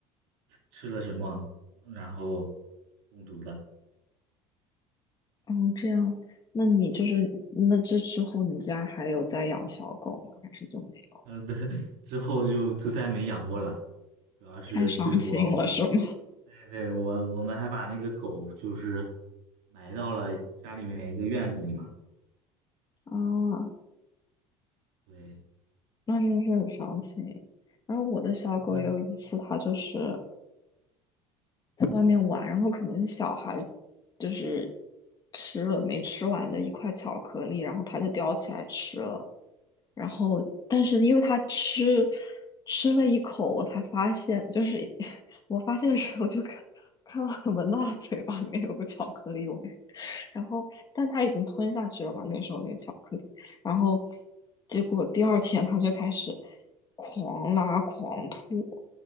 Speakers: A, on the right; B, on the left.
A: 吃了什么，然后中毒的。
B: 嗯，这样，那你就是那这之后，你家还有在养小狗吗？还是就没有？
A: 呃，对，<laughs> 之后就就再没养过了。主要是对我，
B: 太伤心了，是吗？
A: 对对，我我们还把那个狗就是埋到了家里面一个院子里嘛。
B: <laughs> 啊，
A: 对，
B: 那真是很伤心。然后我的小狗有一次，
A: 嗯
B: 它就是。外面玩，然后可能小孩就是吃了没吃完的一块巧克力，然后他就叼起来吃了，然后但是因为他吃吃了一口，我才发现，就是 <laughs> 我发现的时候就看看到我闻到他嘴巴里面有个巧克力味，然后但他已经吞下去了嘛，那时候那个巧克力，然后结果第二天他就开始狂拉狂吐，